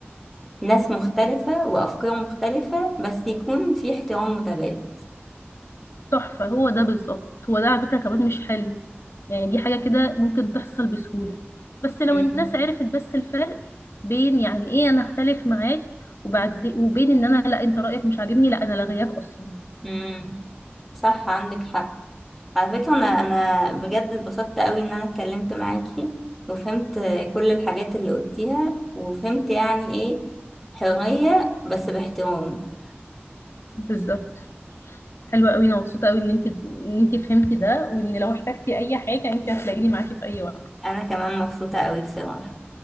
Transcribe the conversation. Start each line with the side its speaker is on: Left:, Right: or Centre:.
Centre: ناس مختلفة وأفكار مختلفة بس يكون في احترام متبادل
Left: تحفة هو ده بالظبط هو ده على فكرة كمان مش حلم يعني دي حاجة كده ممكن تحصل بسهولة بس لو
Centre: مم.
Left: الناس عرفت بس الفرق بين يعني ايه انا اختلف معاك وبعد وبين ان انا لا انت رايك مش عاجبني لا انا لغياك اصلا
Centre: مم. صح عندك حق على فكرة أنا أنا بجد اتبسطت قوي إن أنا اتكلمت معاكي وفهمت كل الحاجات اللي قلتيها وفهمت يعني إيه حرية بس باحترام
Left: بالظبط حلوة قوي انا مبسوطة قوي ان انت ان انت فهمتي ده وان لو احتجتي اي حاجة انت هتلاقيني معاكي في اي وقت
Centre: أنا كمان مبسوطة قوي بصراحة